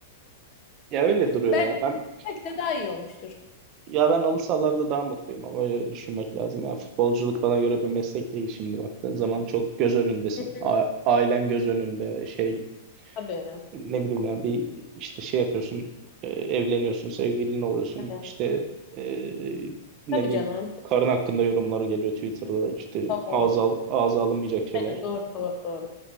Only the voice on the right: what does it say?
Ya öyle duruyor
ya. Ben
ya ben halı sahalarda daha mutluyum ama öyle düşünmek lazım. Ya futbolculuk bana göre bir meslek değil şimdi baktığın zaman çok göz önündesin.
A- ailen göz önünde şey
ne bileyim ya bir işte şey yapıyorsun e, evleniyorsun sevgilin oluyorsun
işte e, ne
bileyim
karın hakkında yorumları geliyor Twitter'da işte
ağza, al- ağza alınmayacak şeyler.